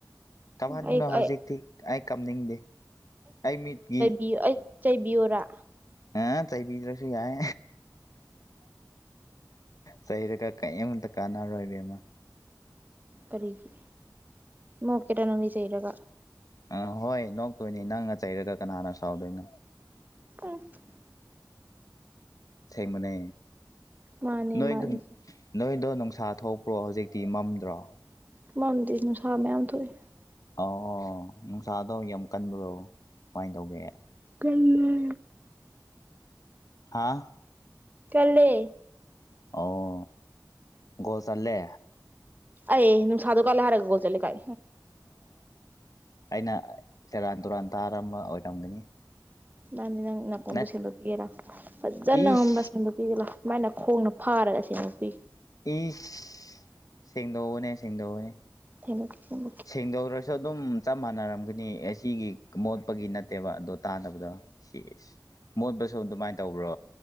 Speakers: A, on the left (about 55°); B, on the right (about 25°).
A: ꯀꯍꯟꯈꯅꯣ
B: ꯑꯩ
A: ꯍꯧꯖꯤꯛꯇꯤ
B: ꯑꯩ
A: ꯑꯩ ꯀꯝꯅꯤꯡꯗꯦ ꯑꯩ ꯃꯤꯠꯀꯤ
B: <unintelligible> ꯆꯩꯕꯤꯌꯣꯔꯥ
A: ꯑ ꯆꯩꯕꯤꯗ꯭ꯔꯁꯨ ꯌꯥꯏ ꯆꯩꯔꯒ ꯀꯔꯤ ꯑꯃꯝꯇ ꯀꯥꯟꯅꯔꯣꯏ ꯏꯕꯦꯝꯃ
B: ꯀꯔꯤꯒꯤ ꯅꫭꯛꯀꯔ ꯅꯪꯗꯤ ꯆꯩꯔꯒ
A: ꯑꯥ ꯍꯣꯏ ꯅꯣꯛꯇꯣꯏꯅꯤ ꯅꯪꯅ ꯆꯩꯔꯒ ꯀꯅꯥꯅ ꯁꯥꯎꯗꯣꯏꯅꯣ
B: ꯑꯁ
A: ꯑꯁꯡꯕꯅꯦ
B: ꯃꯥꯅꯦ
A: ꯅꯣꯏ
B: ꯃꯥꯅꯦ
A: ꯅꯣꯏꯗꯣ ꯅꯨꯡꯁꯥ ꯊꯣꯛꯄ꯭ꯔꯣ ꯍꯧꯖꯤꯛꯇꯤ ꯃꯝꯗ꯭ꯔꯣ
B: ꯃꯝꯗ ꯅꯨꯡꯁꯥ ꯃꯌꯥꯝ ꯊꯣꯛꯑꯏ
A: ꯑꯣ ꯅꯨꯡꯁꯥꯗꯣ ꯌꯥꯝ ꯀꯟꯕ꯭ꯔꯣ ꯀꯃꯥꯏꯅ ꯇꯧꯒꯦ
B: ꯀꯜꯂꯤ
A: ꯍꯥ
B: ꯀꯜꯂꯦ
A: ꯑꯣ ꯀꫭꯜ ꯆꯔꯂꯦ
B: ꯑꯩ ꯅꯨꯡꯁꯥꯗꯗꯨ ꯀꯜꯂ ꯍꯥꯏꯔꯒꯣꯜ ꯆꯠꯂꯀꯥꯏ
A: ꯑꯩꯅ ꯁꯦꯔꯥꯟ ꯇꯨꯔꯥꯟ ꯇꯥꯔꯝꯕ ꯑꯣꯏꯔꯝꯒꯅꯤ
B: ꯅꯤꯅ ꯅꯅꯥ ꯀꯣꯟꯗ
A: ꯅꯠ
B: ꯁꯦ ꯀꯔ ꯍꯖꯥꯅꯉ꯭ꯔ
A: ꯏꯁ
B: ꯁ <unintelligible> ꯁꯨꯃꯥꯏꯅ ꯈꯣꯡꯅ ꯐꯥꯔꯒ ꯁꯤꯃꯨ ꯄꯤ
A: ꯏꯁ ꯁꯦꯡꯗꯣꯛꯎꯅꯦ ꯁꯦꯡꯗꯣꯛꯎꯅꯦ
B: ꯊꯦꯡ ꯊꯦꯡ
A: ꯁꯤꯡꯗꯧꯔ ꯁꯨ ꯑꯗꯨꯝ ꯆꯞ ꯃꯥꯟꯅꯔꯝꯒꯅꯤ ꯑꯦ ꯁꯤꯒꯤ ꯃꯣꯠꯄꯒꯤ ꯅꯠꯇꯦꯕ ꯑꯗꯣ ꯇꯥꯟꯅꯕꯗꯣ ꯁꯤ ꯑꯦꯁ ꯃꯣꯠꯄꯁꯨ ꯑꯗꯨꯃꯥꯏꯅ ꯇꯧꯕ꯭ꯔꯣ